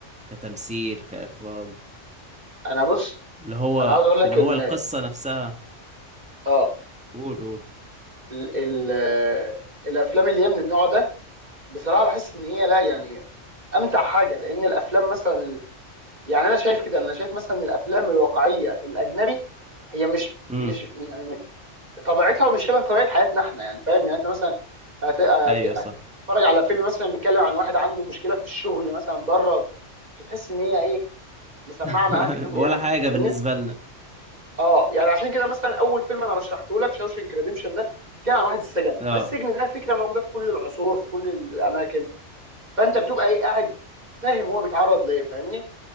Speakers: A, in the centre; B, on the right.
A: كتمثيل كإخراج
B: انا بص
A: اللي هو
B: انا عاوز اقول لك
A: اللي
B: ان
A: هو القصة نفسها
B: اه
A: قول قول
B: ال ال الافلام اللي هي من النوع ده بصراحه بحس ان هي لا يعني امتع حاجه لان الافلام مثلا يعني انا شايف كده انا شايف مثلا ان الافلام الواقعيه الاجنبي هي مش
A: امم
B: مش يعني طبيعتها مش شبه طبيعه حياتنا احنا يعني فاهم يعني انت مثلا هت- هت-
A: ايوه صح
B: هتتفرج على فيلم مثلا بيتكلم عن واحد عنده مشكله في الشغل مثلا بره مش هتحس ان هي ايه مسمعه
A: <laughs>
B: معاك قوي
A: ولا
B: يعني
A: حاجة
B: فاهمني
A: بالنسبة لنا
B: اه يعني عشان كده مثلا اول فيلم انا رشحته لك شاوشنك ريديمشن ده كان عن واحد السجن
A: اه
B: فالسجن ده فكره موجوده في كل العصور في كل الاماكن فانت بتبقى ايه قاعد فاهم هو بيتعرض ليه فاهمني